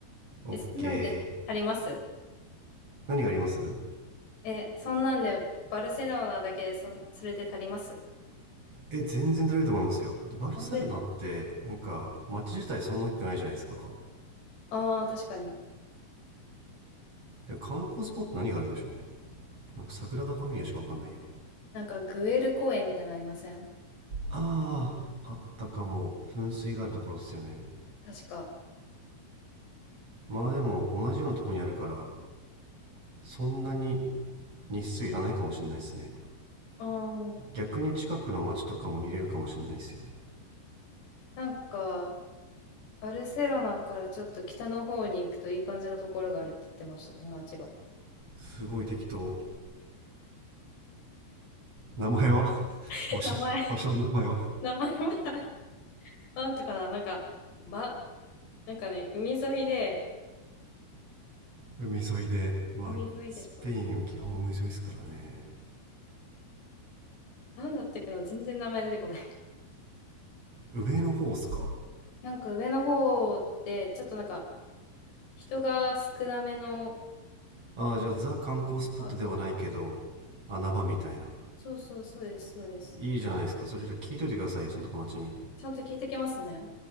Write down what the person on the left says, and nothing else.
え、そんなんで足ります
え、そんなんで、バルセロナだけでそん、それで足ります
本当ですかああー、確かに。
なんか、グエル公園みたいなのありません
確か。
うん。
なんか、バルセロナからちょっと北の方に行くといい感じのところがあるって言ってました、友達が。
<laughs>
名前、名前は、なんていうかな、なんか、ば、なんかね、海沿いで、
海沿いで、ちょっと待ってね。なんだったっけな、全然名前出てこない。<laughs>
なんか上の方って、ちょっとなんか人が少なめの、
あそうそうそうです、そうです。
ちゃんと聞いてきますね。